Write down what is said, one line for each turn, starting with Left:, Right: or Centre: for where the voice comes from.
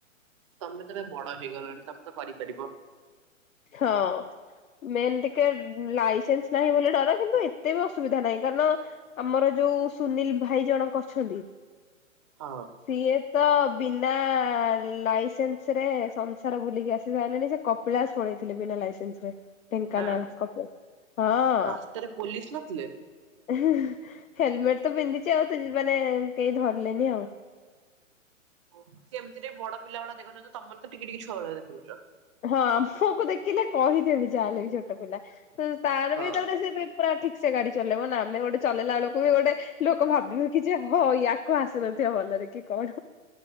Right: ତମେ ତ ଏବେ ବଡ ହେଇଗଲଣି ତମେ ତ କରିପାରିବ।
Left: ହଁ ମେନ୍ ଟିକେ ଲାଇସେନ୍ସ୍ ନାହିଁ ବୋଲି ଡର କିନ୍ତୁ ଏତେ ବି ଅସୁବିଧା ନାହିଁ କାରଣ ଆମର ଯୋଉ ସୁନିଲ୍ ଭାଇ ଜଣକ ଅଛନ୍ତି
Right: ହଁ।
Left: ସିଏ ତ ବିନା ଲାଇସେନ୍ସ ରେ ସଂସାର ବୁଲିକି ଆସି ସାରିଲେଣି, ସେ କପିଳାସ ପଳେଇଥିଲେ ବିନା ଲରେନ୍ସରେ ଢେଙ୍କାନାଳ
Right: ହଁ
Left: କପିଳାସ ହଁ।
Right: ରାସ୍ତାରେ ପୋଲିସ ନଥିଲେ?
Left: ଏହେହେଁ ହେଲମେଟ୍ ତ ପିନ୍ଧିଚି ଆଉ ତ ମାନେ କେହି ଧରିଲେନି ଆଉ।
Right: <unintelligible> ରେ ବଡ ପିଲା ଭଳିଆ ଦେଖାଯାଉଚ, ତମର ତ ଟିକି-ଟିକି ଛୁଆ ଭଳିଆ ଦେଖାଯାଉଚ।
Left: ହଁ ଆମକୁ ଦେଖିଲେ କହିଦେବି ଯାହେଲେ ବି ଛୋଟ ପିଲା, ତ ତାର
Right: ହଁ
Left: ବି ତାପରେ ସିଏ ବି ପୁରା ଠିକ୍ ସେ ଗାଡି ଚଲେଇବ ନା, ଆମେ ଗୋଟେ ଚଲେଇଲା ବେଳକୁ ବି ଗୋଟେ ଲୋକ ଭାବିବେ କି ଯେ ହଁ ୟା କୁ ଆସିୁନଥିବ ଭଲରେ କି କଣ।